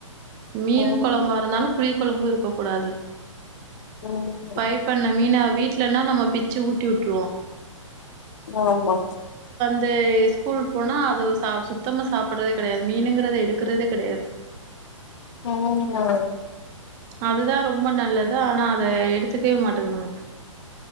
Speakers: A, on the right; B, on the left.
A: மீன்
B: ம்
A: குழம்பா இருந்தாலும் புளி குழம்பு இருக்க கூடாது
B: ம் ம்
A: பிரய் பண்ண மீனாக வீட்லன்னா நம்ம பிச்சு ஊட்டி விட்டுருவோம்
B: ஆமா
A: இந்த ஸ்கூல் போனா அது சுத்தமா சாப்பிடுறதே கிடையாது மீனுங்கறத எடுக்கறதே கிடையாது
B: உம் ஆ
A: அதுதான் ரொம்ப நல்லது ஆனா அத எடுத்துக்கவே மாட்டேதுங்க